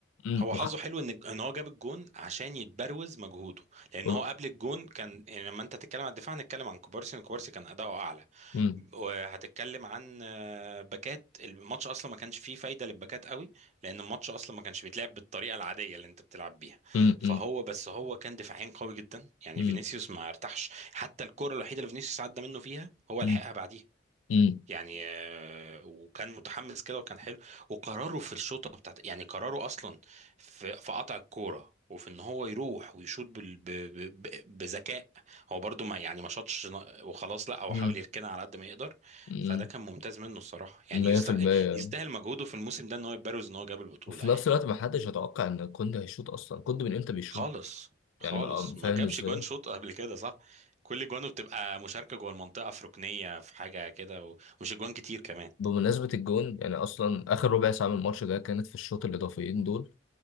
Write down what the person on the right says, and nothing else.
هو
حظه حلو ان ان هو جاب الجون عشان يتبروز مجهوده لان
هو قبل الجون كان يعني لما انت تتكلم عن الدفاع هنتكلم عن كوبارسي إن كوبارسي كان اداؤه اعلى
وهتتكلم عن آه، باكات الماتش اصلا ما كانش فيه فايده للباكات قوي لان الماتش اصلا ما كانش بيتلعب بالطريقه العاديه اللي انت بتلعب بيها
فهو
بس هو كان دفاعيا قوي جدا يعني
فينيسيوس ما ارتاحش حتى الكره الوحيده اللي فينيسيوس عدى منه فيها هو
لحقها بعديها
يعني آه، وكان متحمس كده وكان حلو وقراره في الشوطه بتاعت يعني قراره اصلا في في قطع الكوره وفي ان هو يروح ويشوط بال... ب... ب... ب- بذكاء هو برضو ما يعني ما شاطش ن- وخلاص لا هو
حاول يركنها على قد ما يقدر
فده كان ممتاز منه الصراحه يعني
يست... يستاهل مجهوده في الموسم ده ان هو يبرز ان هو جاب البطوله
يعني
خالص
خالص
ما جابش
جوان شوط قبل كده صح كل جوانه بتبقى مشاركه جوه المنطقه في ركنيه في حاجه كده و... ومش جوان كتير كمان